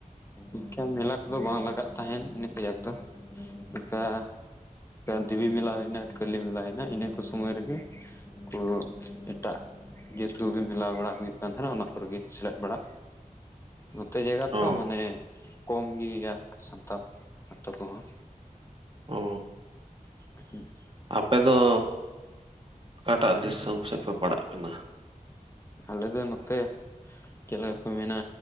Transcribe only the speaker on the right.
ᱚ
ᱚᱻ
ᱟᱯᱮᱫ ᱫᱚ ᱚᱠᱟᱴᱟᱜ ᱫᱤᱥᱚᱢ ᱥᱮᱫ ᱯᱮ ᱯᱟᱲᱟᱜ ᱠᱟᱱᱟ?